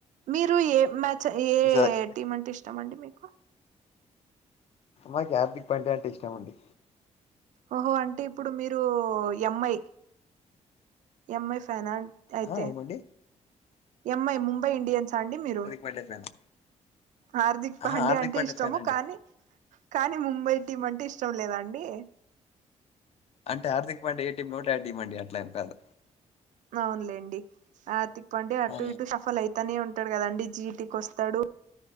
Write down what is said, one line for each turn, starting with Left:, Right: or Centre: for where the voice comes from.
Right: మీరు ఏ మ్యా. చే ఏ
Left: ఈసారి
Right: టీమ్ అంటే ఇష్టమండి మీకు.
Left: మాక్యా పిప్ అంటే అంటే ఇష్టమండి.
Right: ఓహో అంటే ఇప్పుడు మీరు ఎంఐ ఎంఐ ఫ్యానా. అయితే
Left: ఆ ఏమండి
Right: ఎంఐ ముంబై ఇండియన్స్ ఆ అండి మీరు.
Left: వడ్డె ఫ్యాన్.
Right: హార్దిక్ పాండ్య
Left: ఆహా హార్దిక్
Right: అంటే
Left: పాండ్యా
Right: ఇష్టము
Left: ఫ్యాన్ అండి
Right: కానీ కానీ ముంబై టీమ్ అంటే ఇష్టం లేదాండి.
Left: అంటే హార్దిక్ పాండే ఏటీమ్ ఉంటే ఆ టీం అండీ అట్లే ఏం కాదు.
Right: అవునులేండి ఆతిక్ పాండే అటు
Left: ఆ
Right: ఇటు షఫల్ అయితానే ఉంటాడు కదాండి జీటికి వస్తాడు.